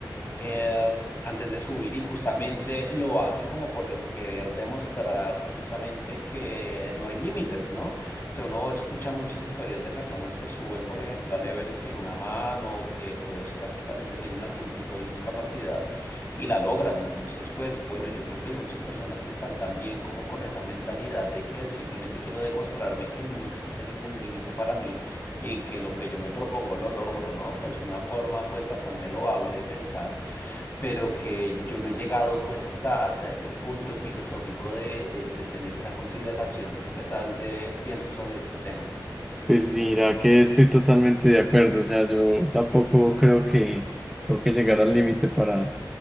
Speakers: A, on the left; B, in the centre.
A: eh, antes de subir y justamente lo hacen como por querer demostrar justamente que no hay límites, ¿no? O sea, uno escucha muchas historias de personas que suben, por ejemplo, al Everest sin una mano, que pues prácticamente tienen algún tipo de discapacidad y la logran. Entonces, pues bueno, yo creo que hay muchas personas que están también como con esa mentalidad de que simplemente quiero demostrarme que no existe ningún límite para mí y que lo que yo me propongo lo logro, ¿no? Que es una forma pues bastante loable de pensar pero que yo no he llegado pues hasta, hasta ese punto filosófico de, de- de tener esa consideración. ¿Tú qué tal te piensas sobre este tema?
B: Pues mira que estoy totalmente de acuerdo, o sea, yo tampoco creo que tengo que llegar al límite para